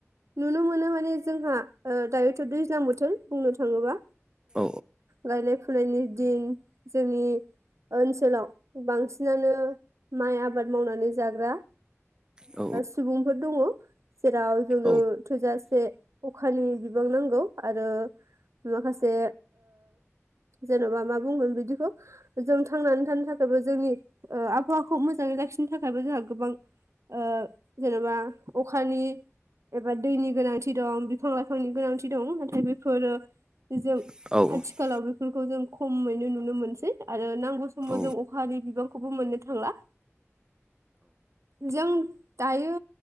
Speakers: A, on the right (about 70°); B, on the right (about 15°).
A: नुनो मोनो माने जोंहा दायोथ' दैज्लां बोथोर बुंनो थाङोबा
B: औ
A: गायनाय फुनायनि दिन जोंनि ओनसोलाव बांसिनानो माइ आबाद मावनानै जाग्रा
B: औ
A: सुबुंफोर दङ जेराव जोंनो
B: औ
A: थोजासे अखानि बिबां नांगौ आरो माखासे जेन'बा मा बुंगोन बिदिखौ जों थांनानै थानो थाखायबो जोंनि आबहावाखौ मोजाङै लाखिनो थाखायबो जोंहा गोबां ओ जेनेबा अखानि एबा दैनि गोनांथि दं बिफां लाइफांनि गोनांथि दं नाथाय बेफोरो जों आथि
B: औ
A: आथिखालाव बेफोरखौ जों खमैनो नुनो मोनसै आरो नांगौ समाव
B: औ
A: जों अखानि बिबांखौबो मोननो थांला जों दायो